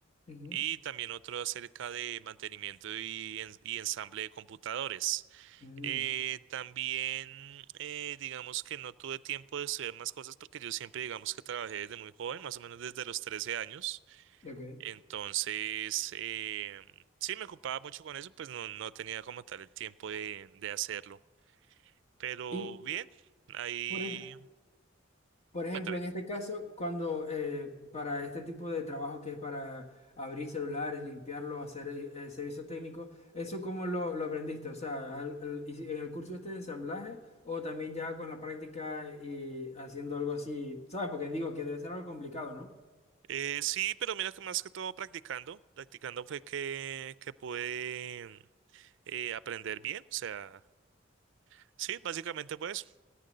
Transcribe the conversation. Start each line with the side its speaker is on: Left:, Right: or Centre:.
Left: Ujú.
Right: y también otro acerca de mantenimiento y, en- y ensamble de computadores.
Left: Mm,
Right: Eh, también, eh, digamos que no tuve tiempo de estudiar más cosas porque yo siempre, digamos que trabajé desde muy joven, más o menos desde los 13 años.
Left: ok.
Right: Entonces, eh, sí, me ocupaba mucho con eso, pues no, no tenía como tal el tiempo de, de hacerlo. Pero
Left: Y
Right: bien, ahí,
Left: por, ej- Por ejemplo,
Right: cuéntame.
Left: en este caso, cuando eh, para este tipo de trabajo que es para abrir celulares, limpiarlos, hacer eh, eh, servicio técnico, ¿eso cómo lo, lo aprendiste? O sea, al- al- y si- ¿en el curso este de ensamblaje o también ya con la práctica y haciendo algo así? ¿Sabes? Porque digo que debe ser algo complicado, ¿no?
Right: Eh, sí, pero mira que más que todo practicando, practicando fue que, que pude eh, aprender bien. O sea, sí, básicamente pues